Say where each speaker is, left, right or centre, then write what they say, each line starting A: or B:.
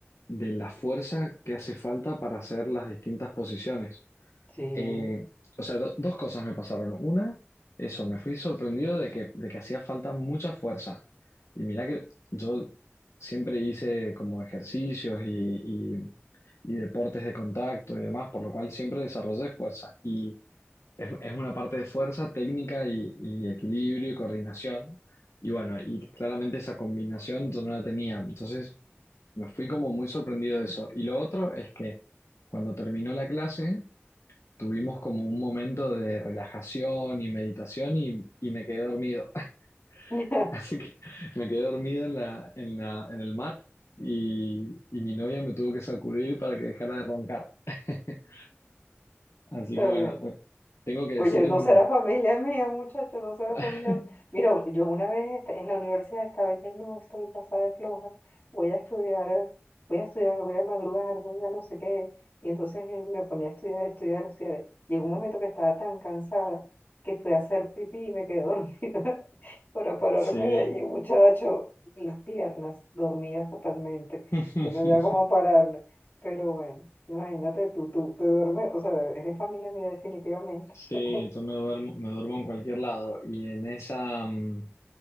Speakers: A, on the left; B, on the left.
A: de la fuerza que hace falta para hacer las distintas posiciones.
B: Sí.
A: Eh, o sea, do- dos cosas me pasaron. Una, eso, me fui sorprendido de que, de que hacía falta mucha fuerza. Y mira que yo siempre hice como ejercicios y, y y deportes de contacto y demás, por lo cual siempre desarrollé fuerza. Y es, es una parte de fuerza, técnica y, y equilibrio y coordinación. Y bueno, y claramente esa combinación yo no la tenía. Entonces me fui como muy sorprendido de eso. Y lo otro es que cuando terminó la clase tuvimos como un momento de relajación y meditación y, y me quedé dormido.
B: <laughs> Está
A: <laughs> Así que me quedé dormido en la, en la, en el mat y, y mi novia me tuvo que sacudir para que dejara de roncar. <laughs> Así
B: bien.
A: que bueno, tengo que
B: Oye,
A: decir en
B: no
A: mi...
B: será familia mía, muchacho, no será
A: <laughs>
B: familia mía. Mira, yo una vez est- en la universidad estaba diciendo, no, estoy pasada de floja, voy a estudiar, voy a estudiar, voy a madrugar, voy a no sé qué. Y entonces eh, me ponía a estudiar, estudiar, estudiar. Llegó un momento que estaba tan cansada que fui a hacer pipí y me quedé dormida <laughs> para pararme
A: Sí,
B: de allí, muchacho, las piernas dormidas totalmente.
A: <laughs>
B: Yo no había cómo pararme, pero bueno, imagínate tú, tú te duermes, o sea, eres familia mía definitivamente.
A: Sí,
B: <laughs>
A: yo me duermo, me duermo en cualquier lado y en esa mm,